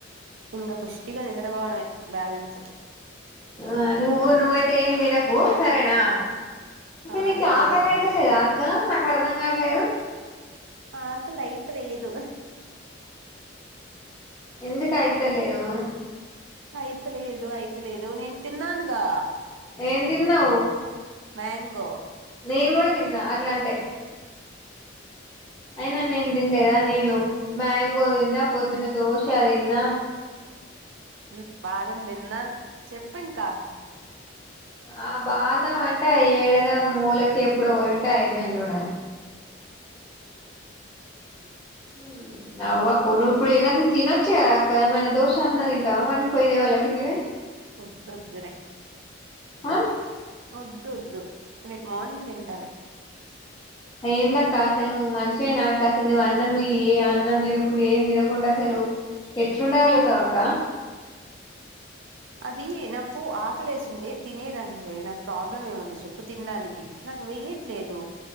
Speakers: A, on the right (about 75°); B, on the left (about 20°).
A: ఇంగా పుష్టిగా నిద్రబోవడమే బ్యాలెన్స్
B: ఆ నువ్వు నువ్వైతే ఏమ్ దినకూ సరేనా అసలు
A: ఆ
B: నీకు
A: నిద్రపోతా
B: ఆకలి అయితలేద అక్క నాకు అర్థం కావట్లేదు
A: ఆకలి ఐత లేదు
B: ఎందుకు ఐతలేదు
A: ఐత లేదు ఐత లేదు నేను తిన్నానుగా
B: ఏం తిన్నావ్
A: మ్యాంగో
B: నేను గుడా తిన్నా అట్ల అంటే అయినా నేను తినలేదా నేను మ్యాంగో తిన్నా పొద్దున్న దోశ తిన్నా
A: ఉం బాదం తిన్నా చెప్పు ఇంకా
B: ఆ బాదం అంటే ఈడనా మూలకి ఎప్పుడో పోయి ఉంటే అయిపోయింది కూడా ఉం అవ్వా కొ నువు ఇప్పుడు ఏదైన్నా తినొచ్చా అక్క ఏమైనా దోష అన్న తింటావా మరి పోయిదేవా వాళ్ళ కిందివి
A: వద్దోద్దు రే
B: ఆ
A: వద్దు వద్దు రేపు మార్నింగ్ తింటాలే
B: ఏంద అక్క అసలు నువ్వు మనిషే నా అక్క అసలు నువ్వు అన్నం ఏ అన్నం తినకుండ ఏం తినకుండా అసలు ఎట్లుండా గలుగుతావు అక్క
A: అది నాకు ఆకలి వేసుండే తినేదండి నాకు ప్రాబ్లం ఏముంది చెప్పు తినడానికి నాకు వెయట్లేదు